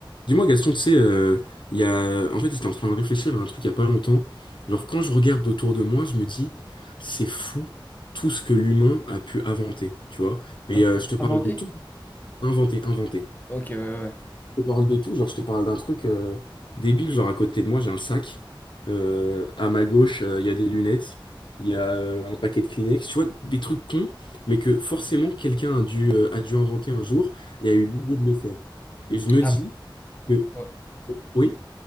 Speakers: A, on the left; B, on the left.
A: Dis-moi Gaston, tu sais, euh, il y a... en fait j'étais en train de réfléchir à un truc il y a pas longtemps. Genre quand je regarde autour de moi, je me dis, c'est fou tout ce que l'humain a pu inventer, tu vois. Mais
B: Ah, pour
A: euh, je te parle
B: inventer?
A: de tout, inventer, inventer.
B: Ok, ouais, ouais. ouais.
A: Je te parle de tout, genre je te parle d'un truc euh, débile, genre à côté de moi j'ai un sac, Euh, à ma gauche euh, il y a des lunettes, il y a euh, un paquet de Kleenex, tu vois, des trucs cons, mais que forcément quelqu'un a dû, euh, a dû inventer un jour et a eu l'idée de le faire. Et je me
B: Ap-
A: dis que...
B: ouais.
A: Oui?